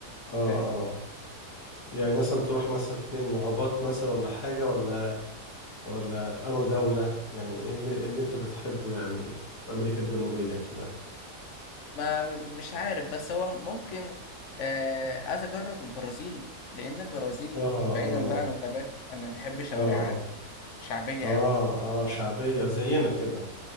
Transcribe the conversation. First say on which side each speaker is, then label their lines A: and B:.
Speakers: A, on the left; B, on the left.
A: اه
B: فاهم
A: اه يعني مثلا تروح مثلا فين غابات مثلا ولا حاجة ولا ولا في انو دولة يعني ايه اللي, إيه اللي انت بتحبه يعني في امريكا الجنوبية كده
B: ما مش عارف بس هو ممكن آه، عايز اجرب البرازيل لان البرازيل
A: اه
B: بعيدا
A: اه
B: بقى عن الغابات انا بحب شوارعها
A: اه
B: شعبيه
A: اه اه
B: قوي
A: اه شعبية زينا كده